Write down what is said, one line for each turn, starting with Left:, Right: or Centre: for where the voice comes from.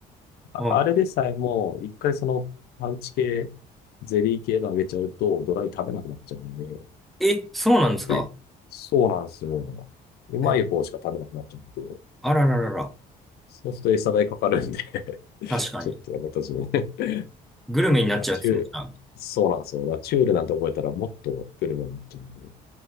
Left: あ、
Centre: あ、
Left: あれでさえも、一回そのパウチ系、ゼリー系のあげちゃうと、ドライ食べなくなっちゃうんで、
Centre: え、そうなんですか
Left: <clears throat> うんそうなんですよ。うまい方しか食べなくなっちゃって、
Centre: え、あらららら。
Left: そうすると餌代かかるんで <laughs>
Centre: 確かに。
Left: ちょっとやめたしね。
Centre: グルメになっちゃうんですね。
Left: <laughs> ナチュール、
Centre: じゃあ
Left: そうなんですよ。ナチュールなんて覚えたらもっとグルメになっちゃうんで、